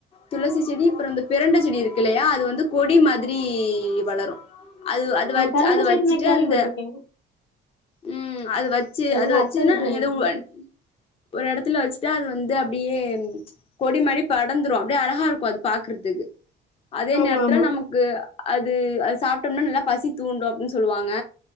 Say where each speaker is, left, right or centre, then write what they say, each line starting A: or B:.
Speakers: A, on the left; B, on the left.
A: துளசி செடி அப்றோ இந்த பிரண்ட செடி இருக்கு இல்லையா அது வந்து கொடி மாதிரி வளரும் அது அது
B: ஆ
A: வச்சி
B: பெரண்ட
A: அது
B: செடி
A: வச்சிட்டு
B: நா கேள்விப்பட்டிருக்கே
A: அந்த ம் அது வச்சி
B: எங்க
A: அது வச்சின்னா
B: அத்த வீட்ல நிக்கி
A: எனக்கு ஒ ஒரு எடத்துல வச்சி ட்டா அது வந்து அப்டியே கொடி மாரி படந்துரு அப்டே அழகா இருக்கும் அது பாக்கறதுக்கு அதே
B: ஆமா
A: நேரத்துல
B: ஆமா
A: நமக்கு அது அது சாப்ட்டோம்னா நல்லா பசி தூண்டு அப்டின்னு சொல்லுவாங்க